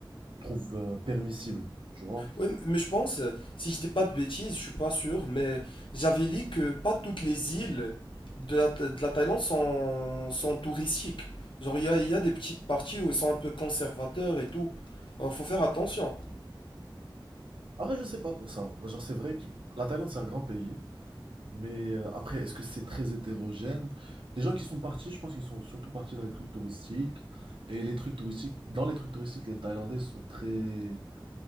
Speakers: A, on the right; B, on the left.
A: trouvent euh, permissibles, tu vois.
B: Oui, mais je pense, euh, si je dis pas de bêtises, je suis pas sûr, mais j'avais lu que pas toutes les îles de la, de la Thaïlande sont, sont touristiques. Genre, il y a, il y a des petites parties où ils sont un peu conservateurs et tout. Alors, faut faire attention.
A: Après, je sais pas pour ça. Moi, Genre, c'est vrai que la Thaïlande, c'est un grand pays. Mais euh, après, est-ce que c'est très hétérogène? Les gens qui sont partis, je pense qu'ils sont surtout partis dans les trucs touristiques. Et les trucs touristiques, dans les trucs touristiques, les Thaïlandais sont très.